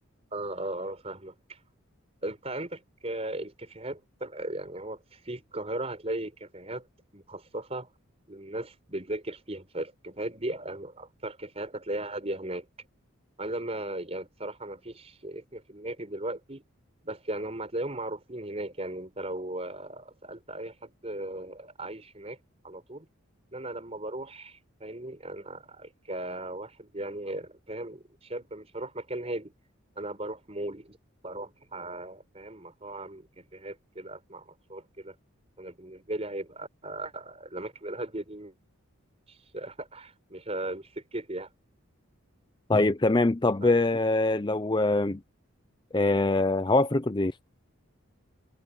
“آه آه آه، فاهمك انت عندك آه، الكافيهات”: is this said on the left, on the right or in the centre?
Right